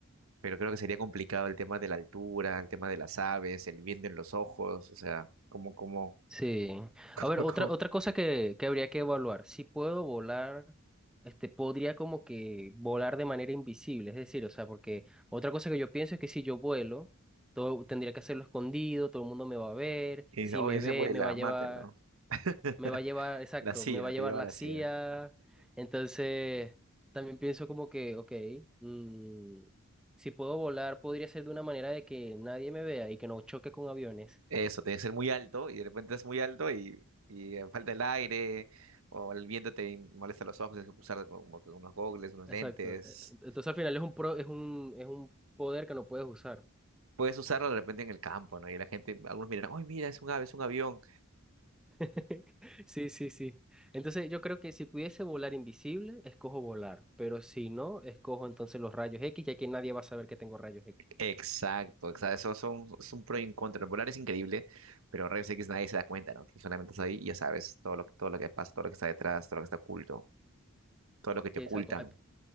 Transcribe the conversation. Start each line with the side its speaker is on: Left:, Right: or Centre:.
Right: Pero creo que sería complicado el tema de la altura, el tema de las aves, el viento en los ojos, o sea, como, como,
Centre: Sí.
Right: <laughs>
Centre: A
Right: como,
Centre: ver, otra,
Right: como-
Centre: otra cosa que, que habría que evaluar. Si puedo volar, este, podría como que volar de manera invisible. Es decir, o sea, porque otra cosa que yo pienso es que si yo vuelo, todo tendría que hacerlo escondido, todo el mundo me va a ver.
Right: y
Centre: Si
Right: dice, oye,
Centre: me ve,
Right: se vuela,
Centre: me va a llevar,
Right: mátenlo. <laughs>
Centre: me va a llevar, exacto,
Right: La CIA,
Centre: me va a llevar
Right: te lleva
Centre: la
Right: a la
Centre: CIA.
Right: CIA.
Centre: Entonces, también pienso como que, ok, mm, si puedo volar, podría ser de una manera de que nadie me vea y que no choque con aviones.
Right: Eso, tiene que ser muy alto y de repente es muy alto y, y eh, falta el aire o el viento te molesta los ojos, tienes que usar como que unos gogles, unos
Centre: Exacto.
Right: lentes.
Centre: Eh, Entonces al final es un pro, es un, es un poder que no puedes usar.
Right: Puedes usarlo de repente en el campo, ¿no? Y la gente, algunos miran, ¡ay, mira, es un ave, es un avión!
Centre: <laughs> Sí, sí, sí. Entonces yo creo que si pudiese volar invisible, escojo volar, pero si no, escojo entonces los rayos X, ya que nadie va a saber que tengo rayos X.
Right: Exacto, exacto, eso son, es un pro y un contra. Volar es increíble, pero Rayos X nadie se da cuenta, ¿no? Tú solamente estás ahí y ya sabes todo lo que, todo lo que pasa, todo lo que está detrás, todo lo que está oculto, todo lo que te
Centre: Sí,
Right: ocultan,
Centre: Exacto. Ay,